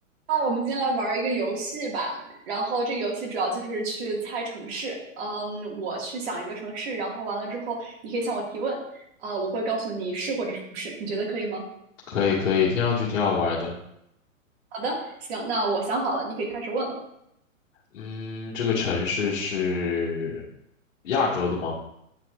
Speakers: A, on the right; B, on the left.
A: 那我们今天来玩儿一个游戏吧，然后这个游戏主要就是去猜城市。嗯，我去想一个城市，然后完了之后，你可以向我提问，啊、我会告诉你是或者是不是，你觉得可以吗？
B: 可以可以，听上去挺好玩的。
A: 好的，行，那我想好了，你可以开始问了。
B: 嗯，这个城市是亚洲的吗？